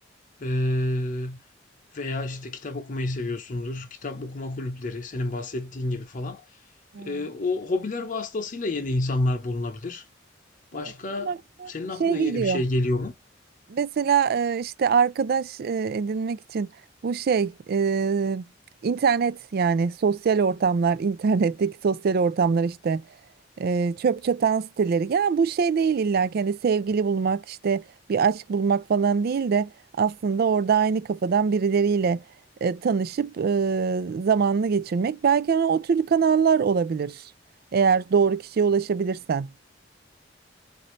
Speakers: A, on the left; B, on the right.
A: Ee, veya işte kitap okumayı seviyorsundur. Kitap okuma kulüpleri senin bahsettiğin gibi falan.
B: Ha,
A: Ee, o hobiler vasıtasıyla yeni insanlar bulunabilir.
B: Evet
A: Başka
B: benim aklıma
A: senin aklına
B: şey geliyor.
A: yeni bir şey geliyor mu?
B: Mesela e, işte arkadaş e, edinmek için bu şey e, internet yani sosyal ortamlar <laughs> internetteki sosyal ortamlar işte e, çöp çatan siteleri ya bu şey değil illa ki hani sevgili bulmak işte bir aşk bulmak falan değil de aslında orada aynı kafadan birileriyle e, tanışıp e, zamanını geçirmek belki hani o tür kanallar olabilir eğer doğru kişiye ulaşabilirsen.